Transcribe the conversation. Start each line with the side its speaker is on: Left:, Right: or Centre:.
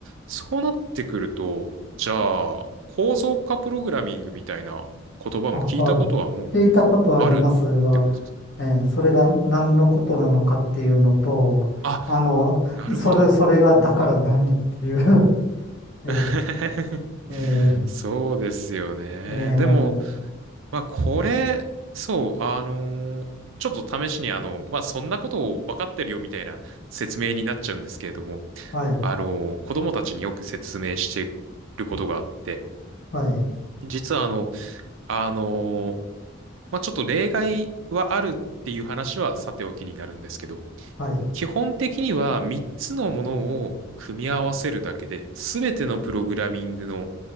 Right: そうなってくると、じゃあ、構造化プログラミングみたいな言葉も聞いたことはもうあるってことですかね
Left: あ、はい。聞いたことはありますが、えーそれが何のことなのかっていうのと、
Right: あ、
Left: あの、
Right: なるほど。
Left: それ、それがだから何っていう <laughs> えー
Right: <laughs>
Left: えー
Right: そうですよね。
Left: えー
Right: でも、まあ、これ、そう、あのーちょっと試しに、あの、まあ、そんなことを分かってるよみたいな説明になっちゃうんですけれども、
Left: はい、
Right: あのー子供たちによく説明してることがあって、
Left: はい、
Right: 実はあの、あのーまあ、ちょっと例外はあるっていう話はさておきになるんですけど、
Left: はい。
Right: 基本的には3つのものを組み合わせるだけで、すべてのプログラミングの、